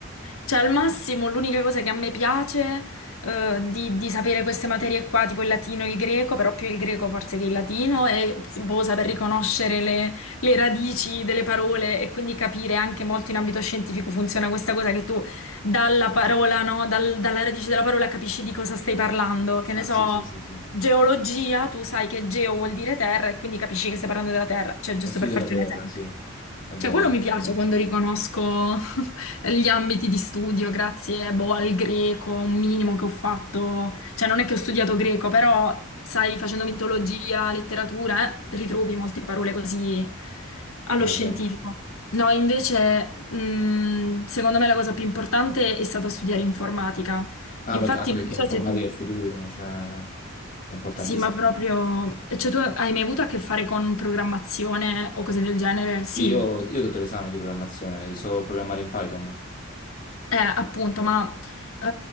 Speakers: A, on the left; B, on the left.
A: Cioè, al massimo, l'unica cosa che a me piace eh, di, di sapere queste materie qua, tipo il latino e il greco, però più il greco forse che il latino, è boh, saper riconoscere le, le radici delle parole e quindi capire anche molto in ambito scientifico funziona questa cosa che tu dalla parola, no, dal- dalla radice della parola capisci di cosa stai parlando. Che
B: Ah,
A: ne so,
B: sì, sì, sì, sì.
A: geologia, tu sai che geo vuol dire terra e quindi capisci che stai parlando della terra, cioè giusto
B: Lo studio
A: per farti
B: della terra,
A: un esempio.
B: sì. È vero,
A: Cioè, quello
B: è
A: mi piace
B: vero.
A: quando riconosco gli ambiti di studio, grazie, boh, al greco, un minimo che ho fatto, cioè non è che ho studiato greco, però sai, facendo mitologia, letteratura, eh, ritrovi molte parole così allo
B: È
A: scientifico.
B: vero.
A: No, invece, mh, secondo me la cosa più importante è stata studiare informatica.
B: Ah,
A: Infatti,
B: perché- anche perché
A: non so
B: informatica
A: se tu,
B: è il futuro, cioè è importantissimo.
A: sì, ma proprio, cioè tu hai mai avuto a che fare con programmazione o cose del genere? Sì,
B: Sì, Io, io ho dato l'esame di programmazione, so programmare in Python.
A: Eh, appunto, ma eh,